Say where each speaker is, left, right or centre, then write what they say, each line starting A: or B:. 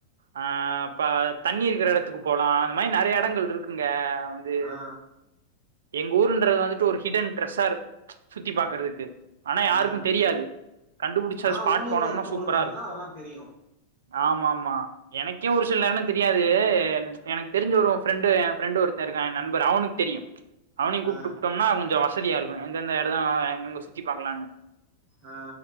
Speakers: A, on the right; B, on the right.
A: ஆ ப தண்ணி இருக்கிற எடத்துக்கு போலா அந்த மாரி நறைய எடங்கள் இருக்குங்க வந்து
B: ஆ
A: எங்க ஊருன்றது வந்துட்டு ஒரு ஹிடன் ட்ரெஷார் சுத்தி பாக்றதுக்கு ஆனா யாருக்கும்
B: ஆ
A: தெரியாது கண்டுபுடிச்ச
B: ஆனா
A: அது ஸ்பாட்
B: உள்ளூர்ல
A: போனம்னா
B: இருக்கவங்களுக்கு
A: சூப்பரா
B: மட்டுந்தா
A: இருக்கு
B: அதெல்லா தெரியு
A: ஆமாமா எனக்கே ஒரு சில எடம் தெரியாது எனக்கு தெரிஞ்ச ஒரோ ஃப்ரெண்டு எ ஃபிரண்டு ஒருத்த இருக்கா எ நண்பர் அவனுக்கு தெரியு அவனயு கூப்ட்டுப்டோம்னா
B: ஆ
A: கொஞ்ச வசதியா இருக்கு எந்தெந்த எட எங்கங்க சுத்தி பாக்கலான்னு
B: ஆ